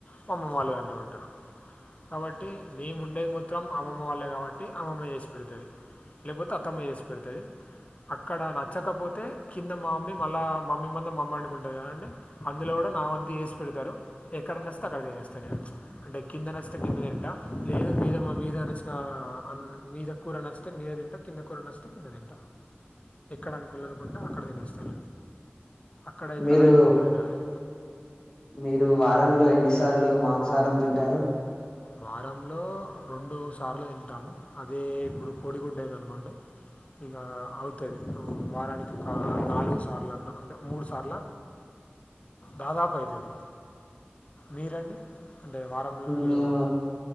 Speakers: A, on the left; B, on the left.
A: మా అమ్మ వాళ్ళు దాంట్లో ఉంటారు కాబట్టి మేము ఉండేది మత్రం అమ్మమ్మ వాళ్ళే కాబట్టి అమ్మమ్మ చేసి పెడతది లేకపోతే అత్తమ్మ చేేసి పెడతుంది అక్కడ నచ్చకపోతే కింద మా మమ్మీ మళ్ళా మమ్మీ మంద మమ్మ అనుకుంటారు అదంటే అందులో కూడా నా వంతు ఎస్ పెడతారు ఎక్కడ నచ్చితే అక్కడ తతినేస్త నేను అంటే కింద నచ్చితే కిందనే తింట లేదు మీద మీద నచ్చిన మీద కూర నచ్చితే మీద తింట కింద కూర నచ్చితే కింద తింట ఎక్కడ అనుకులేదముంటే అక్కడ తినేస్తాను అక్కడ ఇక్కడనే
B: మీరు
A: ఏము ఉండ తినాలి
B: మీరు వారంలో ఎన్నిసార్లు మాంసాహారం తింటారు
A: వారంలో రెండు సార్లు తింటాము అద ఇప్పుడు కోడిగుడ్డ అయిందనుకోండి ఇక అవుతది వారానికి ఒక నాలుగు సార్లన్నా అంటే మూడు సార్ల
B: <inaudible>
A: దాదాపు అవుతుంది మీరండి అంటే వారం మీరు
B: మేము